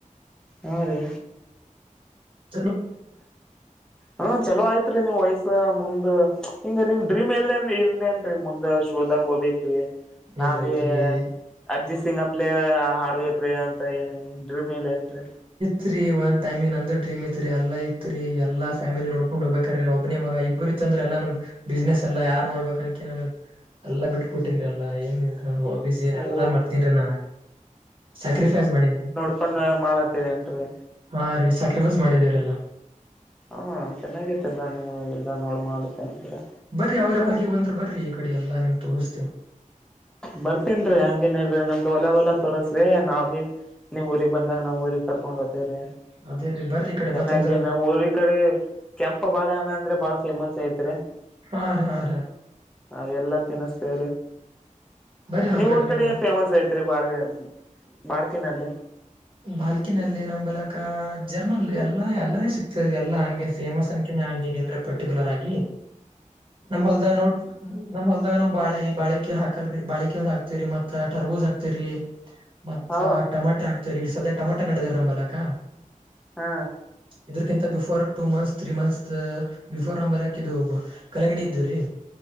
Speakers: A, in the centre; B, on the right.
A: ಹಾರಿ
B: ಚ
A: ಹ್ಮ ಚಲೋ ಆಯ್ತ್ರಿ ನಿಮ್ಮ್ ವಯಸ್ಸ ಮುಂದ ಹಿಂಗ ನಿಮ್ ಡ್ರೀಮ್ ಎಲ್ಲೇಏನ್ ಇರನ್ೇಏನ್ೀ ಮುಂದ್ ಶೋದಾಗ ಹೋಗಬೇಕೇ್ರಿ ನಾ
B: ಇಲ್ರಿ
A: ಬಿ
B: ಇಲ್ರಿ
A: ಅಜ ತಿಂಗಪ್ಲೇ ಆಡ್ಬೇಕ್ರಿ ಅಂತ ಏನ ಇದ್ರ ಮೇಲೆ ಏನ್ರರಿ
B: ತ್ೀ ಒನ್ ಟೈಮಂಗ ನ ಅಂದು ಡ್ರೀಮ್ಐತ್ರಿ ಎಲ್ಲ ಐತ್ರಿ ಎಲ್ಲ ಫ್ಯಾಮಿಲಿ ನೋಡ್ೊಂಡ ಹೋಗ್ಬೇಕಾರೆ ರ ಒಬ್ಬನ ಮ ಇಬ್ಬರು ಂದ್ರೆ ಎಲ್ಲ ನಮ್ ಬಿಸ್ನೆಸ್ ಎಲ್ಲ ಯಾರ್ು ನೋಡ್ಬೇಕ ಅನಕ ನನ್ ಎಲ್ಲ ಬಿಟ್ಟ ಕೊಟ್ಟನ್ಿ ಎಲ್ಲ ಏನ್ ಹಬಜ ಏನ್
A: ಓ
B: ಎಲ್ಲಾ ಮಾಡರ್ತೇನ್ೀ ನಾ ಸಕ್ರಿಫೈಸ್ ಮಾಡೇನ್ರಿ
A: ಕಕೊಂಡ ಮಾಡತ್ತೇರಿ ಏನ್ರಿ
B: ಹಾ ರೀ ಸಾ್ಯಾಕ್ರಿಫೈಸ್ ಮಾಡಿದೀವ್ರಲ್ಲ
A: ಹಾ ಚೆನ್ನಾಗೈತಿಲ್ಲ ನೀವು ಎಲ್ಲಾ ನೋಡ್ ಮಾಡುತ್ತೆ ಅಂದ್ರೆ
B: ಬರ್ರಿ ಅವ್ರ ಭಲ್ಕಿ ಬಂದ್ರ ಬರ್ರಿ ಈ ಕಡೆ ಎಲ್ಲಾ ನಿಮ ತೋರಿಸತೇವ
A: ಬರ್ತನ್ ರೀ ಹಂಗೇನ್ ಇಲ್ಿ ನಮ್ದು ಹೊಲ ಒಲ ತೋರಸ್ರಿ ನಾವಿ ನೀಮ್ರಿ ಬಂದಾಗ ನಾ್ ಊರಿ ಕರ್ಕೊಂಡ್ ಹ ಹೊತೇ್ರ
B: ಅದೇ ರೀ ಬರ್ರಿ ಈ ಕಡೆ
A: ಚೆನ್ನಾಗಿ
B: ಬತ್ತಂದ್ರ
A: ನಮ್ಮ್ ಊ ಕಡೆ ಕೆಂಪ ಬಾಳೆಹಣ ಅಂದ್ರೆ ಬಾಳ ಫೇಮಸ್ ಐತ್ರಿ
B: ಹಾ ರ
A: ಹಾಗ ಎಲ್ಲ ತಿನಸ್ಕ್ರ
B: ಬರ್ರಿ ನಮ್
A: ನೀವ್ ಊರ್
B: ಬಿನ್
A: ಕಡೆ ಏನ್ ಫೇಮಸ್ ಐತ್ರಿ ಬಾಳಗ ಮಾಡ್ತೀನಿನಲ್ಲೇ
B: ಬಾಲ್ಕಿನಲ್ಲಿ ನಮ್ಲಕ ಜರ್ನಲ್ ಎಲ್ಲಾ ಎಲ್ಲಾರ ಸಿಕ್ತದೆ ಎಲ್ಲಾ ಹಂಗೇನ್ ಫೇಮಸ್ ಅನ್ ೇನಲ್್ರೆ ಪರ್ಟಿಕುಲರ್ ಆಗಿ ನಮ್ ಹೊಲ್ದಾಗ ನೋ ನಮ್ ಹೊಲ್ದಾಗ ನೋವು ಬಾಳೆ ಬಾಳಿಕೆ ಹಾಕಲ್ರಿ ಬಾಳಿಕೆ ಒಂದ್ ಹಾಕ್ ಹಾಕ್ತಿರಿ ಮತ್ತ ಟರ್ಬೂಜ ಹಾಕ್ತಿರಿ ಮತ್ತ
A: ಹ
B: ಟಮಾಟೆ ಹಾಕ್ತಿ ಸದ ಟಮೊಟಾ ನಡೆದಾರ ನಂಬಲ್ಲಕ್ಕ
A: ಹಾ
B: ಇದರ್ಕಿಂತ before two months three months before ನಮ್ಮ ಬಲಕ್ ಇದು ಕಲಂಗಡಿ ಇದ್ರರಿ